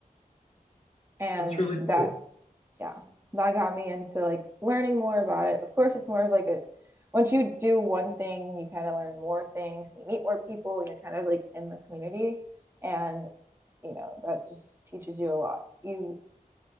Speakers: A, on the right (about 15°); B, on the left (about 50°).
A: and
B: That's really
A: that
B: cool.
A: yeah that got me into like learning more about it of course it's more of like a once you do one thing you kind of learn more things you meet more people and you're kind of like in the community and you know that just teaches you a lot you